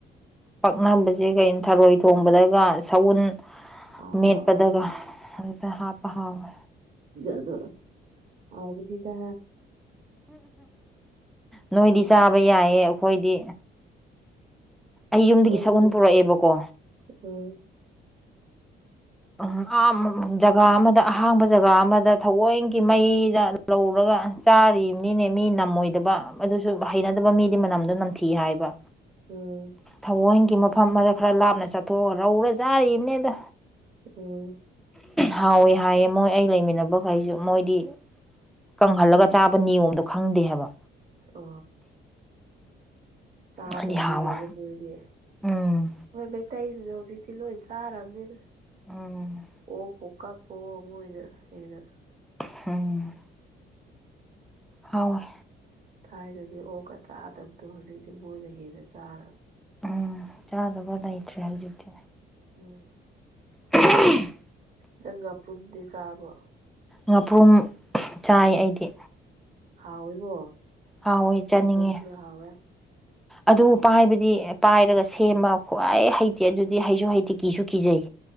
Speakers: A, in the centre; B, on the right (about 45°).
A: ꯄꯛꯅꯕꯁꯦ ꯀꯩꯅꯣ ꯊꯔꯣꯏ ꯊꯣꯡꯕꯗꯒ ꯁꯎꯟ
B: ꯑꯥ
A: ꯃꯦꯠꯄꯗꯒ
B: ꯑꯥ
A: ꯑꯗꯨꯗ ꯍꯥꯞꯄ ꯍꯥꯎꯋꯦ
B: ꯑꯗꯨ ꯍꯥꯎꯕꯅꯤꯗ
A: ꯅꯣꯏꯗꯤ ꯆꯥꯕ ꯌꯥꯏꯌꯦ ꯑꯩꯈꯣꯏꯗꯤ ꯑꯩ
B: ꯑꯩꯈꯣꯏꯗꯤ
A: ꯌꯨꯝꯗꯒꯤ ꯁꯛꯎꯟ ꯄꯨꯔꯛꯑꯦꯕꯀꯣ
B: ꯎꯝ
A: ꯎꯝ ꯑ ꯖꯒꯥ ꯑꯃꯗ ꯑꯍꯥꯡꯕ ꯖꯒꯥ ꯑꯃꯗ ꯊꯑꯣꯏꯒꯤ ꯃꯩꯗ ꯂꯧꯔꯒ ꯆꯥꯔꯤꯕꯅꯤꯅꯦ ꯃꯤ ꯅꯝꯃꯣꯏꯗꯕ ꯑꯗꯨꯁꯨ ꯍꯩꯅꯗꯕ ꯃꯤꯗꯤ ꯃꯅꯝꯗꯣ ꯅꯝꯊꯤ ꯍꯥꯏꯕ
B: ꯎꯝ
A: ꯊꯑꯣꯏꯒꯤ ꯃꯐꯝ ꯑꯃꯗ ꯈꯔ ꯂꯥꯞꯅ ꯆꯠꯊꯣꯛꯑꯒ ꯔꯧꯔ ꯆꯥꯔꯤꯅꯦꯗ
B: ꯎꯝ
A: ꯍꯥꯎꯋꯦ ꯍꯥꯏꯌꯦ ꯃꯣꯏ ꯑꯩ ꯂꯩꯃꯤꯟꯅꯕꯈꯩꯁꯨ ꯃꯣꯏꯗꯤ ꯀꯪꯍꯜꯂꯒ ꯆꯥꯕ ꯅꯤꯌꯣꯝꯗꯣ ꯈꯪꯗꯦ ꯍꯥꯏꯕ
B: ꯑ ꯆꯥꯗꯕꯅꯤꯅꯀꯣ
A: ꯍꯥꯏꯗꯤ ꯍꯥꯎꯋꯦ
B: ꯃꯣꯏꯗꯤ
A: ꯎꯝ
B: ꯍꯣꯏ ꯃꯩꯇꯩꯁꯤꯡꯁꯦ ꯍꯧꯖꯤꯛꯇꯤ ꯂꯣꯏ ꯆꯥꯔꯕꯅꯤꯗ
A: ꯎꯝ
B: ꯑꯣꯛ ꯑꯣꯛꯀꯥꯛꯄꯣ ꯃꯣꯏꯅ ꯍꯦꯟꯅ
A: ꯎꯝ ꯍꯥꯎꯋꯦ
B: ꯊꯥꯏꯅꯗꯤ ꯑꯣꯛꯀ ꯆꯥꯗꯕꯗꯣ ꯍꯧꯖꯤꯛꯇꯤ ꯃꯣꯏꯅ ꯍꯦꯟꯅ ꯆꯥꯔꯕꯅꯤ
A: ꯎꯝ ꯆꯥꯗꯕ ꯂꯩꯇ꯭ꯔꯦ ꯍꯧꯖꯤꯛꯇꯤ
B: ꯎꯝ
A: <inaudible>
B: ꯅꯪ ꯉꯥꯄ꯭ꯔꯨꯝꯗꯤ ꯆꯥꯕ꯭ꯔꯣ
A: ꯉꯥꯄ꯭ꯔꯨꯝ ꯆꯥꯏ ꯑꯩꯗꯤ
B: ꯍꯥꯎꯋꯤꯀꯣ
A: ꯍꯥꯎꯋꯦ ꯆꯥꯅꯤꯡꯉꯦ
B: ꯉꯥꯄ꯭ꯔꯨꯝꯁꯨ ꯍꯥꯎꯋꯦ
A: ꯑꯗꯨ ꯄꯥꯏꯕꯗꯤ ꯄꯥꯏꯔꯒ ꯁꯦꯝꯃ ꯈ꯭ꯋꯥꯏ ꯍꯩꯇꯦ ꯑꯗꯨꯗꯤ ꯍꯩꯁꯨ ꯍꯩꯇꯦ ꯀꯤꯁꯨ ꯀꯤꯖꯩ